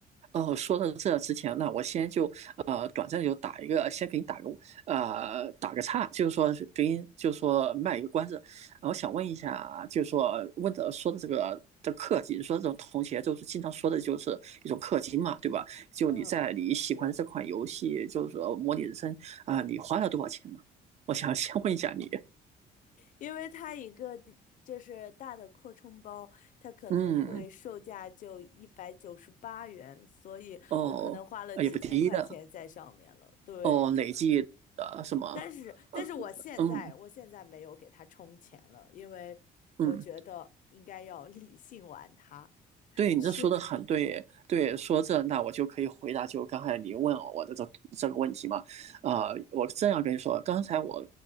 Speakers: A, on the right; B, on the left.
A: 哦，说到这之前那我先就呃短暂地就打一个，先给你打个呃打个岔，就是说是给你就是说卖一个关子。呃我想问一下，就是说问的说的这个。的氪金，说这种同学就是经常说的，就是一种氪金嘛，对吧？就你在你喜欢的这款游戏，
B: 嗯，是。
A: 就是说模拟人生啊、你花了多少钱呢？我想先问一下你，
B: 因为它一个的就是大的扩充包，它可能会售价就一百九十八元，
A: 嗯，
B: 所以我可能花了几千块钱在上面了。
A: 哦，呃也不低的
B: 对，
A: 哦，累计的什么？
B: 但是但是我现在我现在没有给它充钱了，
A: 呃，嗯
B: 因为我觉得应该要理性玩它。
A: 嗯，
B: <laughs>
A: 对你这说的很对，
B: 是的，
A: 对，说这那我就可以回答，就刚才你问我的这这个问题嘛，啊、我这样跟你说，刚才我